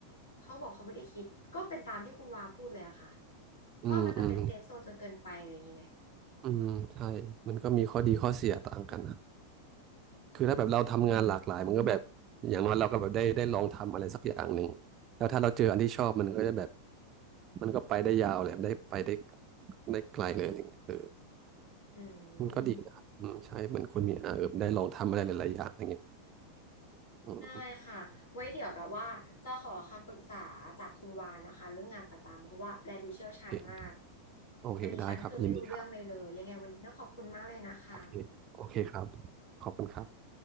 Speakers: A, on the left; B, on the right.
A: เขาบอกเขาไม่ได้คิดก็เป็นตามที่คุณวาพูดเลยอะค่ะ
B: อืมอืม
A: ว่ามันจะเป็นเซฟโซนจนเกินไปอะไรอย่างนี้ไหม
B: อืมใช่มันก็มีข้อดีข้อเสียต่างกันนะ คือถ้าแบบเราทำงานหลากหลายมันก็แบบอย่างน้อยเราก็แบบได้ได้ลองทำอะไรสักอย่างหนึ่งแล้วถ้าเราเจออันที่ชอบมันก็จะแบบ
A: อืม
B: มันก็ไปได้ยาวเลยได้ไปได้ได้ไกลเลยอะไรเงี้ยเออ
A: อื
B: มันก็ดีนะครับอืมใช่เหมือนคุณเนี่ยอ่ะเออได้ลองทำอะไรหลายๆอย่างอะไรเงี้ย
A: ม
B: อืม
A: ได้ค่ะไว้เดี๋ยวแบบว่าจะขอคำปรึกษาจากคุณวานนะคะเรื่องงานประจำเพราะว่าแลดูเชี่ยวชาญมาก
B: โอเคโอเคได้ครับยินดีครับ
A: แต่ดิฉันคือไม่รู้เรื่องเลยเลยยังไงวันนี้ต้องขอบคุณมากเลยนะคะ
B: <laughs> โอเคโอเคครับขอบคุณครับ